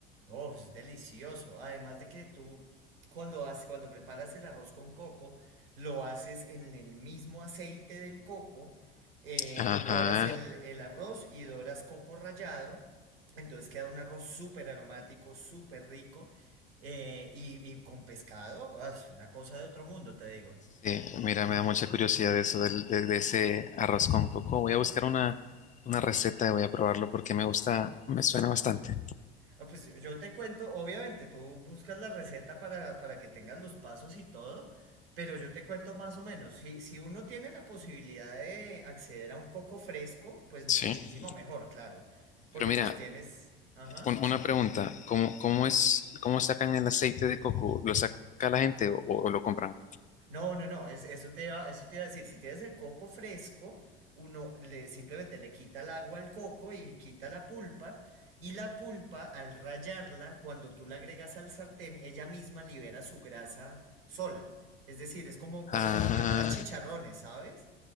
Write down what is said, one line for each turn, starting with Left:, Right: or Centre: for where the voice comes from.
Right: Oh, es delicioso. Además de que tú cuando haces, cuando preparas el arroz con coco, lo haces en el mismo aceite del coco, eh,
Left: Ajá.
Right: doras el, el arroz y doras coco rallado, entonces queda un arroz súper aromático, súper rico eh, y, y con pescado, ah, es una cosa de otro mundo, te digo.
Left: Sí, mira, me da mucha curiosidad de eso del- de, de ese arroz con coco. Voy a buscar una, una receta y voy a probarlo porque me gusta, me suena bastante.
Right: no pues yo yo te cuento, obviamente tú buscas la receta para, para que tengas los pasos y todo, pero yo te cuento más o menos. Si, si uno tiene la posibilidad de acceder a un coco fresco, pues
Left: Sí,
Right: muchísimo mejor, claro, porque
Left: pero mira,
Right: pues tienes... Ajá.
Left: un- una pregunta, ¿cómo, cómo es, cómo sacan el aceite de coco? ¿Lo saca la gente o, o lo compran?
Right: No, no, no, es- eso te iba, eso te iba a decir, si tienes el coco fresco, uno le, simplemente le quita el agua al coco y quita la pulpa, y la pulpa al rallarla, cuando tú la agregas al sartén, ella misma libera su grasa sola. Es decir, es como, como
Left: Ah,
Right: cuando preparas chicharrones, ¿sabes?